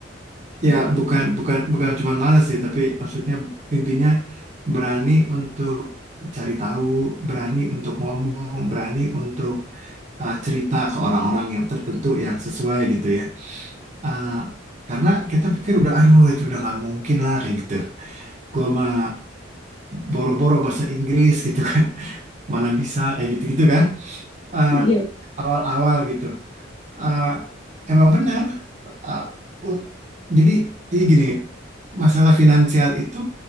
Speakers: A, on the right; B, on the left.
A: ya
B: Iya, iya.
A: bukan bukan bukan cuma males sih, tapi maksudnya intinya berani untuk cari tahu, berani untuk ngomong, berani untuk uh, cerita ke orang-orang yang tertentu yang sesuai gitu ya. Uh, karena kita pikir udah aduh itu udah nggak mungkin lah kayak gitu. Gua mah boro-boro bahasa Inggris gitu kan. <laughs> Mana bisa kayak gitu-gitu kan. eh,
B: Iya.
A: awal-awal gitu. Eh, emang benar. Eh, u- jadi, jadi gini, masalah finansial itu